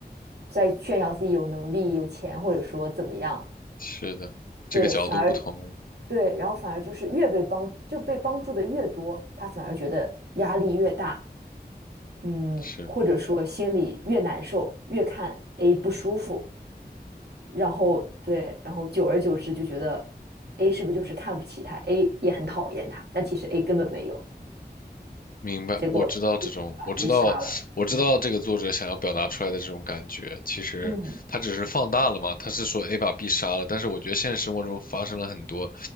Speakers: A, on the right; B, on the left.
A: 在炫耀自己有能力、有钱，或者说怎么样，
B: 是的，这个角度不同，
A: 对，反而对，然后反而就是越被帮就被帮助的越多，他反而觉得压力越大，嗯，
B: 是，
A: 或者说心里越难受，越看 A 不舒服，然后对，然后久而久之就觉得 A 是不是就是看不起他，A 也很讨厌他，但其实 A 根本没有，
B: 明白，
A: 结果
B: 我知道这种，
A: 把
B: 我知道，
A: A 杀了，
B: 我知道这个作者想要表达出来的这种感觉，
A: 对，
B: 其实他只是放大了嘛，
A: 嗯
B: 他是说 A 把 B 杀了，但是我觉得现实生活中发生了很多，